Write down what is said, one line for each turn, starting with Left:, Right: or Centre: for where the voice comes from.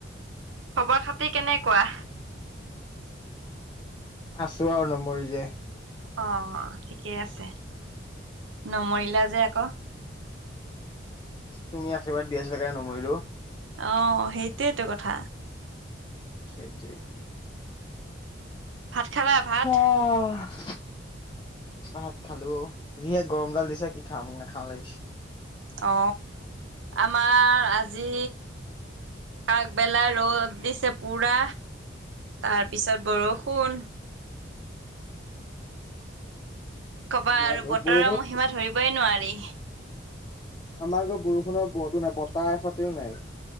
Right: খবৰ খাতি কেনেকুৱা?
Left: আছো আৰু নমৰি জীয়াই।
Right: অ ঠিকেই আছে নমৰিলা যে আকৌ।
Left: তুমি আশীৰ্বাদ দি আছিলা কাৰণে নমৰিলো।
Right: অঁহ সেইটোয়েইেতটো কথা।
Left: সেইটোৱে।
Right: ভাত খালা ভাত?
Left: অঁহহ। ভাত খালো যিহে গৰম ডাল দিছে, কি খাম নাখাও লাগিছে।
Right: অ আমাৰ আজি আগবেলা ৰ'দ দিছে পুৰা তাৰপিছত বৰষুণ। কি কবা
Left: আমাৰ
Right: আৰু
Left: ঘৰত
Right: বতৰৰ
Left: বৰষুণ
Right: মহিমা ধৰিবই নোৱাৰি।
Left: আমাৰটো বৰষুণৰ ব তো নাই বতাহ নাই।